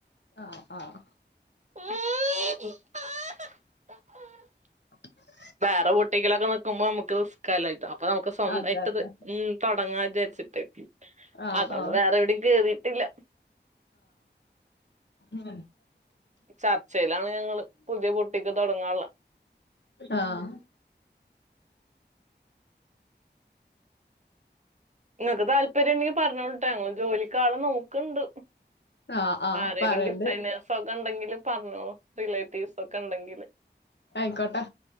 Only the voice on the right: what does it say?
ഉം <unintelligible>
വേറ ബൊട്ടിക്കിലൊക്ക നിക്കുമ്പോമ്മ്ക്ക് റിസ്കല്ലെയട്ട് അപ്പൊ നമുക്ക് സ്വന്തായ്ട്ട്ത്
ഉം തൊ സെറ്റ്
അതോണ്ട്
വേറെവടിം കേറിയിട്ടില്ല
ചർച്ചയിലാണ് ഞങ്ങള് പുതിയ ബൊട്ടീക്ക് തൊടങ്ങാള്ള
ഇങ്ങക്ക് താല്പര്യണ്ടെങ്കി പറഞ്ഞോളുട്ടാങ്ങള് ജോലി ക്കാളെ നോക്കണ്ട്
ആരേലും
ഡിസൈനേസൊക്കണ്ടെങ്കില് പറ്ഞ്ഞോ റിലേറ്റീവ്സൊക്കെണ്ടെങ്കില്